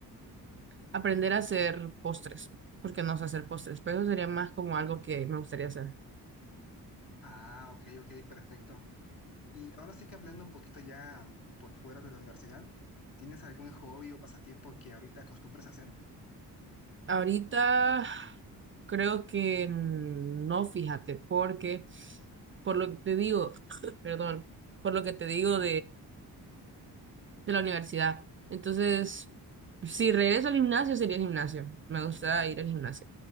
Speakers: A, on the right; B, on the left.
A: aprender a hacer postres, porque no sé hacer postres, pero eso sería más como algo que me gustaría hacer.
B: Ah, ok, ok, perfecto. Y ahora sí que hablando un poquito ya por fuera de la universidad, ¿tienes algún hobby o pasatiempo que ahorita acostumbres a hacer?
A: Ahorita creo que no, fíjate, porque por lo que te digo, <clears throat> perdón, por lo que te digo de la universidad. Entonces, si regreso al gimnasio, sería gimnasio. Me gusta ir al gimnasio.